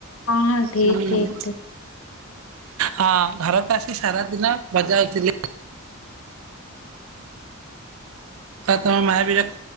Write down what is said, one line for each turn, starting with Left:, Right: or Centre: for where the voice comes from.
Left: ହଁ ଠିକ
Right: ହୁଁ।
Left: ଠିକ ଠିକ।
Right: ହଁ ଘରକୁ ଆସି ସାରା ଦିନ ବଜାଉଥିଲି। ତମ ମ ବି ରଖ